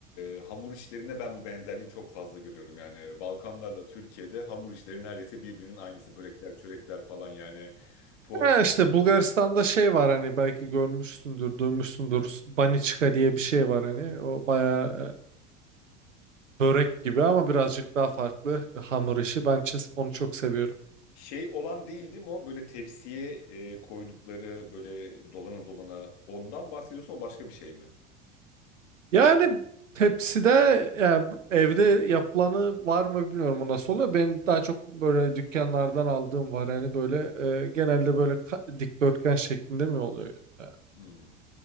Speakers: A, on the left; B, on the right.
A: e, hamur işlerinde ben bu benzerliği çok fazla görüyorum. Yani Balkanlarla Türkiye'de hamur işleri neredeyse birbirinin aynısı. Börekler, çörekler falan yani poğaça.
B: Ha işte Bulgaristan'da şey var hani belki görmüşsündür, duymuşsundur. Baniçka diye bir şey var hani. O bayağı e, börek gibi ama birazcık daha farklı hamur işi. Ben çes- onu çok seviyorum.
A: Şey olan değil değil mi o? Böyle tepsiye e, koydukları böyle dolana dolana ondan bahsediyorsun o başka bir şey mi?
B: Yani tepside yani evde yapılanı var mı bilmiyorum o nasıl oluyor. Benim daha çok böyle dükkanlardan aldığım var yani böyle e, genelde böyle ka- dikdörtgen şeklinde mi oluyor E,
A: Hmm.